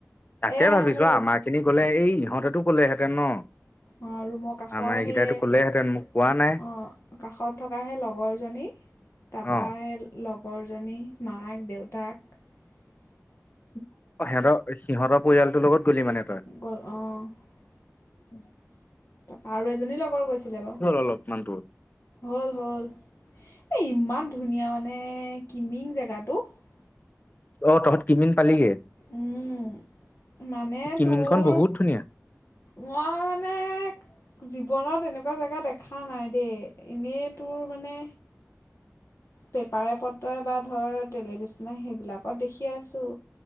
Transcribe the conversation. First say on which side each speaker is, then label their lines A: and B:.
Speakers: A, on the left; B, on the left.
A: তাকে
B: এই
A: ভাবিছোঁ,
B: মোৰ
A: ‌ আমাৰ খিনি গলে এই ইহঁতেতো ক'লেহেঁতেন। তেন ন।
B: অ ৰুমৰ কাষৰ
A: আমাৰ এইকেইটাইতো
B: সেই অ,
A: ক'লেহেঁতেন মোক কোৱা নাই
B: কাষত থকা সেই লগৰ জনী তাপা
A: অ
B: সেই লগৰজনী মাক দেউতাক। তাক
A: অ সিহঁতৰ, সিহঁতৰ পৰিয়ালটোৰ লগত
B: অ'।
A: গ'লি মানে উম।
B: তাৰপা আৰু এজনী লগৰ গৈছিলে বাৰু,
A: অলপমান তোৰ
B: হ'ল হ'ল এ ইমান ধুনীয়া মানে, কিমিং জেগাটো। ‌
A: অ তহঁত কিমিন পালিগে।
B: উম। মানে
A: কিমিনখন
B: তোৰ,
A: বহুত ধুনীয়া
B: মই মানে জীৱনত এনেকুৱা কোৱা জেগা দেখা নাই দেই, এনেই তোৰ মানে পেপাৰে পত্ৰই বা ধৰ টেলিভিশনতে সেইবিলাকত দেখি আছোঁ।